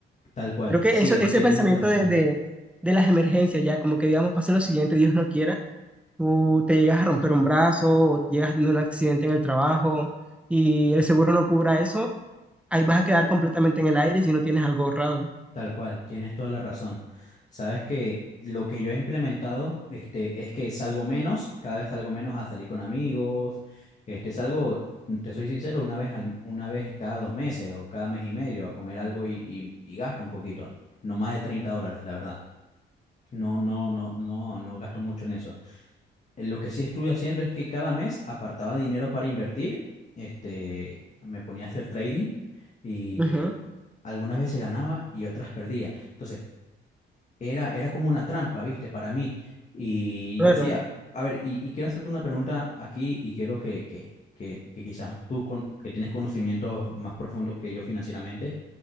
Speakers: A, on the left; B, in the centre.
A: Tal cual,
B: Creo que
A: sí,
B: eso, ese
A: tienes
B: pensamiento
A: mucha razón,
B: de, de, de las emergencias, ya, como que, digamos, pase lo siguiente, Dios no quiera tú te llegas a romper un brazo o llegas a tener un accidente en el trabajo y el seguro no cubra eso, ahí vas a quedar completamente en el aire si no tienes algo ahorrado.
A: tal cual, tienes toda la razón. Sabes que lo que yo he implementado, este, es que salgo menos, cada vez salgo menos a salir con amigos, este, salgo, te soy sincero, una vez al- una vez cada dos meses o cada mes y medio a comer algo y, y, y gasto un poquito, no más de 30 dólares, la verdad. No, no, no, no, no gasto mucho en eso. Lo que sí estuve haciendo es que cada mes apartaba dinero para invertir, este, me ponía a hacer trading. Y
B: Ujú,
A: algunas veces ganaba y otras perdía. Entonces, era, era como una trampa, ¿viste? Para mí. Y
B: claro.
A: yo decía, a ver, y, y quiero hacerte una pregunta aquí y quiero que, que, que, que quizás tú, con- que tienes conocimientos más profundos que yo financieramente,